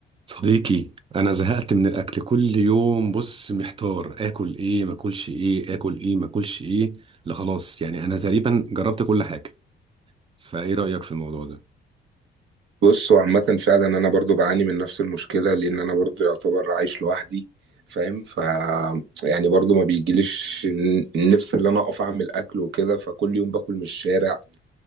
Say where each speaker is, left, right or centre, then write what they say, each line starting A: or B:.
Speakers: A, on the right (about 25°); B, on the right (about 70°).
A: صديقي انا زهقت من الاكل كل يوم بص محتار اكل ايه ما اكلش ايه اكل ايه ما اكلش ايه لا خلاص يعني انا تقريبا جربت كل حاجه فايه رايك في الموضوع ده
B: بص هو عامة فعلا أنا برضو بعاني من نفس المشكلة لأن أنا برضو يعتبر عايش لوحدي فاهم ف يعني برضو ما بيجيليش ن- النفس اللي أنا أقف أعمل أكل وكده فكل يوم باكل من الشارع